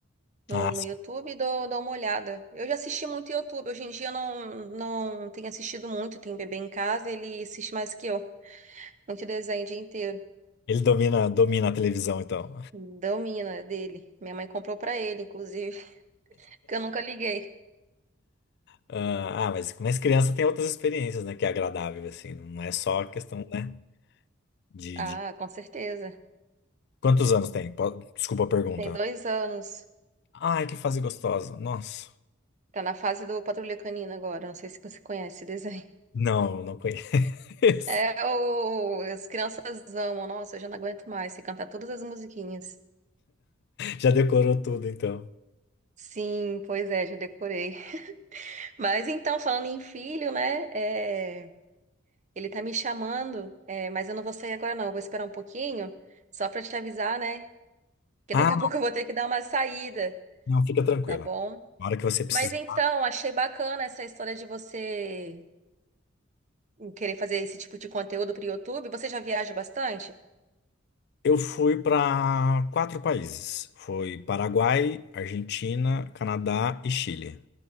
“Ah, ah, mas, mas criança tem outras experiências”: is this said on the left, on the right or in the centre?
Left